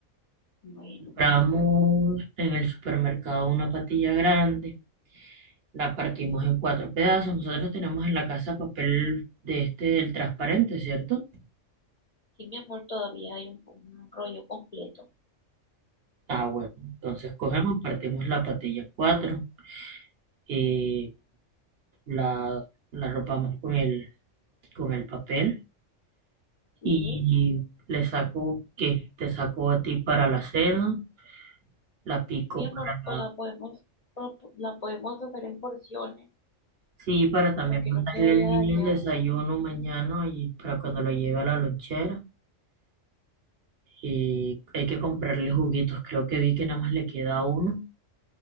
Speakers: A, on the left (about 55°); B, on the right (about 60°).
A: Bueno,
B: Compramos
A: mi amor.
B: en el supermercado una patilla grande, la partimos en cuatro pedazos. Nosotros tenemos en la casa papel de este, el transparente, ¿cierto?
A: Sí, mi amor, todavía hay un un rollo completo.
B: Ah, bueno, entonces cogemos, partimos la patilla en cuatro, eh, la, la arropamos con el, con el papel
A: Sí,
B: y le saco, ¿qué? Te saco a ti para la cena, la pico
A: Mi amor,
B: para
A: pues la podemos, propo- la podemos hacer en porciones
B: Sí, para también
A: para que
B: mandarle
A: no se vaya
B: al niño
A: a dañar.
B: el desayuno mañana y para cuando lo lleve a la lonchera. Y hay que comprarle juguitos. Creo que vi que nada más le queda uno